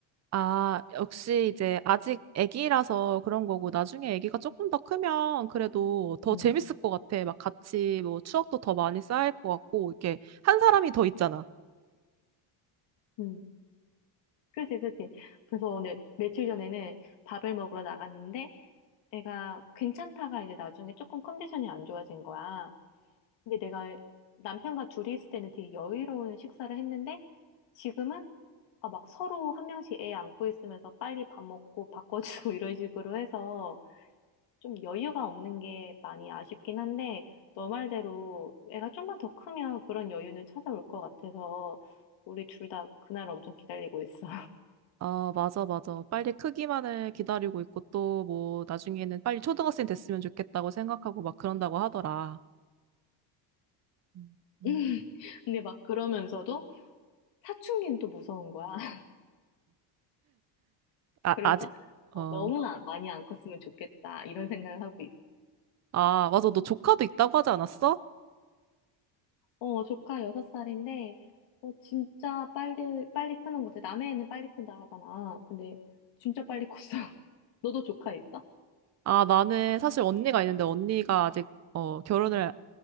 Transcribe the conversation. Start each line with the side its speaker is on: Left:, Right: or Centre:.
Right: 아, 역시 이제
Left: 음,
Right: 아직 아기라서 그런 거고, 나중에 아기가 조금 더 크면 그래도 더
Left: 음,
Right: 재밌을 것 같아. 막 같이 뭐 추억도 더 많이 쌓일 것 같고, 이렇게 한 사람이 더 있잖아.
Left: 음. 그지, 그지. 그래서 내 며칠 전에는 밥을 먹으러 나갔는데 애가 괜찮다가 이제 나중에 조금 컨디션이 안 좋아진 거야. 근데 내가 남편과 둘이 있을 때는 되게 여유로운 식사를 했는데 지금은 아, 막 서로 한 명씩 애 안고 있으면서 빨리 밥 먹고 바꿔주고 <laughs> 이런 식으로 해서 좀 여유가 없는 게 많이 아쉽긴 한데 너 말대로 애가 좀만 더 크면 그런 여유는 찾아올 것 같아서 우리 둘 다 그날 엄청 기다리고 있어.
Right: 아, 맞아, 맞아. 빨리 크기만을 기다리고 있고, 또 뭐 나중에는 빨리 초등학생 됐으면 좋겠다고 생각하고 막 그런다고 하더라. 음, 음.
Left: <laughs> 근데 막 그러면서도 사춘기는 또 무서운 거야. <laughs>
Right: 아,
Left: 그래서
Right: 아직,
Left: 어,
Right: 어.
Left: 너무 안- 많이 안 컸으면 좋겠다 이런 생각을 하고 있어.
Right: 아, 맞아. 너 조카도 있다고 하지 않았어?
Left: 어, 조카 6살인데, 어, 진짜 빨리, 빨리 크는 것 같아. 남의 애는 빨리 큰다 하잖아. 근데 진짜 빨리 컸어. <laughs> 너도 조카 있어?
Right: 아, 나는 사실 언니가 있는데 언니가 아직 어, 결혼을
Left: 응,